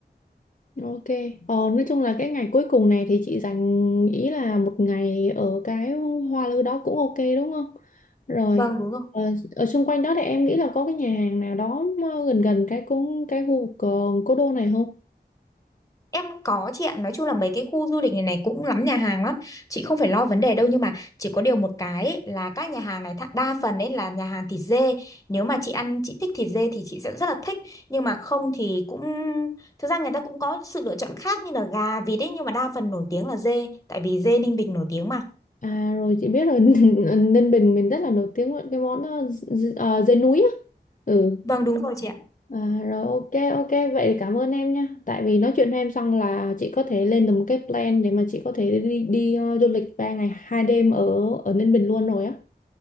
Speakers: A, on the left; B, on the left.
A: Ok. Ờ, nói chung là cái ngày cuối cùng này thì chị dành ý là một ngày ở cái Hoa Lư đó cũng ok đúng không? Rồi.
B: vâng đúng rồi
A: Ờ, ở xung quanh đó thì em nghĩ là có cái nhà hàng nào đó mà gần gần cái cũng cái khu vực ờ, cố đô này không?
B: em có chị ạ nói chung là mấy cái khu du lịch này này cũng lắm nhà hàng lắm chị không phải lo vấn đề đâu nhưng mà chỉ có điều một cái ấy, là các nhà hàng này tha- đa phần ấy là nhà hàng thịt dê nếu mà chị ăn chị thích thịt dê thì chị sẽ rất là thích nhưng mà không thì cũng thực ra người ta cũng có sự lựa chọn khác như là gà vịt ấy nhưng mà đa phần nổi tiếng là dê tại vì dê Ninh Bình nổi tiếng mà
A: À rồi chị biết rồi <laughs> Ninh Bình mình rất là nổi tiếng với cái món ờ, d- d- ờ, dê núi á. Ừ.
B: vâng đúng rồi chị ạ
A: À, rồi ok ok vậy thì cảm ơn em nhé tại vì nói chuyện với em xong là chị có thể lên được một cái plan để mà chị có thể đi đi ờ, du lịch 3 ngày hai đêm ở ở Ninh Bình luôn rồi á